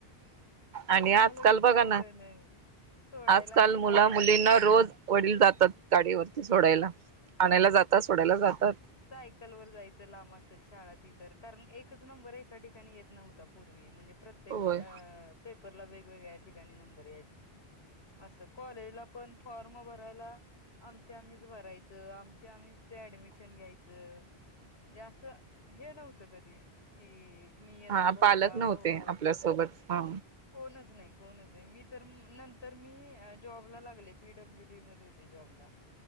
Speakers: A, on the left (about 85°); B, on the right (about 50°).
A: कोणामला
B: आणि आजकाल
A: विचारत
B: बघा
A: आहे ना सोडायला
B: आजकाल
A: नाही
B: मुला
A: ना आणयला
B: मुलींना
A: नाही
B: रोज वडील जातात गाडीवरती सोडायला आणायला जातात सोडायला जातात
A: सायकल वर जायचं लांब असेल शाळ तर कारण एकच नंबर एका ठिकाणी येत नव्हता पूर्वी म्हणजे प्रत्येक
B: होय.
A: अ पेपरला वेगग्या ठिकाणी नंबर अस कॉलेजला पण फॉर्म भरायला आमच्या आम्हीच भरायचं आमच्या आम्हीच ते ऍडमिशन घ्यायचं म्हणजे असं हे नव्हतं कधी की मी येतो
B: हा
A: भरायला
B: पालक नव्हते
A: भाऊ आला
B: आपल्यासोबत ह
A: कोणच नाही कोणच नाही मी तर नंतर मी जॉब लागले पीडब्ल्यू डी मध्ये होते जॉबला ह